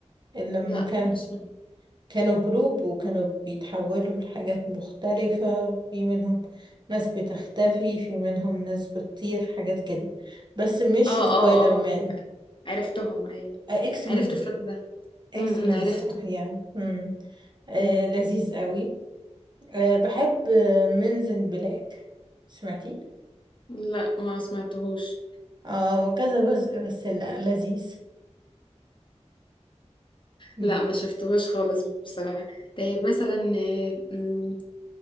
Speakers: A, on the right; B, on the left.
A: اللي لما
B: لا
A: كان
B: مش فاهمة.
A: كانوا جروب وكانوا بيتحولوا لحاجات مختلفة في منهم ناس بتختفي في منهم ناس بتطير حاجات كده بس مش
B: اه
A: سبايدر
B: اه
A: مان
B: اه عرفتهم ايوه
A: آه، اكس
B: عرفت
A: مان
B: الفيلم ده
A: اكس
B: امم
A: مان
B: عرفته
A: صح يعني مم. آه
B: امم
A: لذيذ قوي آه بحب آه منزن بلاك سمعتي
B: لا ما سمعتهوش
A: اه هو كذا جزء بس لا لذيذ مم.
B: لا ما شفتهوش خالص بصراحة طيب مثلا آه، مم،